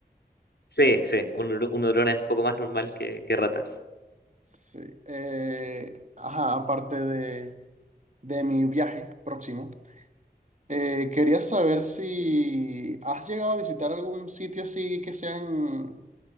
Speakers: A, on the left; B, on the right.
A: Sí, sí, un, hur- un hurón es un poco más normal que, que ratas.
B: Sí. Eh, ajá, aparte de, de mi viaje próximo. Eh, quería saber si has llegado a visitar algún sitio así que sea en,